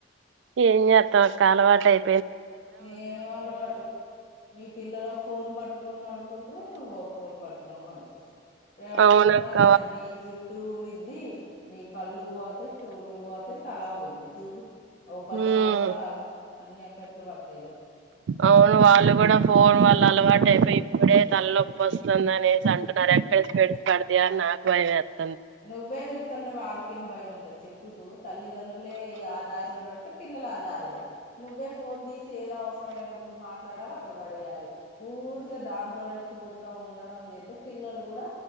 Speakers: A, on the right; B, on the left.
A: ఎంజేతవక్క అలవాటు అయ్
B: ఏం అలవాటు మీ పిల్లలు ఒక ఫోన్ పట్టుకొని పండుకుంటురు నువ్వు ఒక ఫోన్ పట్టుకొని పండుకో రేపటి
A: అవునక్క
B: రోజున నీ జుట్టు ఊడిద్ది నీ కళ్ళు పోతాయి చెవులు పోతయి తలా పోయిది చూడు ఓ పది
A: ఉమ్
B: సంవత్సరాలుఆగు అన్ని ఎఫెకుట్లు పడతయి
A: అవును వాళ్ళు కూడా పోన్ వళ్ళ అలవాటు అయిపోయి ఇప్పుడే తలనొప్పి వస్తుందనేసి అంటున్నారు ఎక్కడ స్పెట్స్ పడతాయని నాకు భయం ఏతుంది
B: నువ్వే చూస్తుంటే వాళ్ళకేం భయం ఉంటది చెప్పు ఇప్పుడు తల్లిదండ్రులే ఆ దారిలో నడితే పిల్లలు ఆ దారే నువే ఫోన్ తీసి ఏదో అవసరమైనప్పుడు మాట్లాడలి అక్కడ పడేయాలి ఊరికే దాంట్లోనే చూడటం ఉండడం చేతే పిల్లలు కూడా